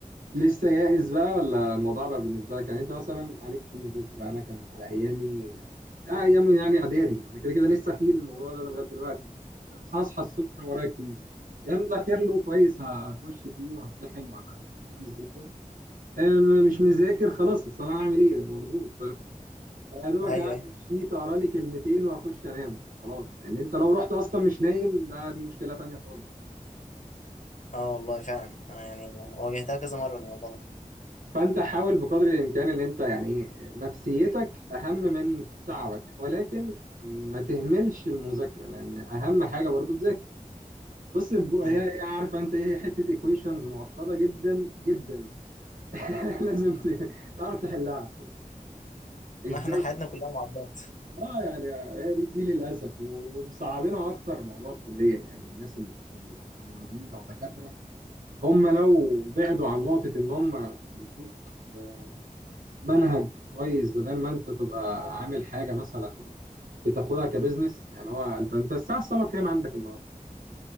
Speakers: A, on the right; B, on the left.
A: لسه يائس بقى ولا الموضوع بقى بالنسبه لك يعني انت مثلا عليك كويز بكره انا كان على ايامي آه، ايام يعني اعدادي انا كده كده لسه في الموضوع ده لغايه دلوقتي يعني آه، هصحى الصبح ورايا كويز يا مذاكر له كويس هخش فيه وهمتحن وهبقى كويس جدا آه، مش مذاكر خلاص اصل انا هعمل ايه مضغوط يا دوبك
B: <laughs> ايوه
A: اعمل
B: ايوه
A: شيت اقرا لي كلمتين واخش انام خلاص ان انت لو رحت اصلا مش نايم ده دي مشكله تانية خالص
B: اه والله فعلا آه، يعني واجهتها كذا مره الموضوع ده
A: فانت حاول بقدر الامكان ان انت يعني إيه، نفسيتك اهم من تعبك ولكن ما تهملش المذاكره لان اهم حاجه برضو تذاكر بص الب- هي
B: مم.
A: هي عارفه انت ايه حته ايكويشنز معقده جدا جدا <laughs> لازم ت- تعرف تحلها ازاي
B: ما احنا حياتنا كلها معادلات
A: اه يعني هي دي دي للاسف ومصعبينها اكتر موضوع الكليه يعني الناس اللي في الكليه كمعيدين او دكاتره هم لو بعدوا عن نقطة إن هم يدوك آه، منهج كويس بدل ما أنت تبقى عامل حاجة مثلا بتاخدها كبزنس يعني هو أنت أنت الساعة السمر كام عندك النهاردة؟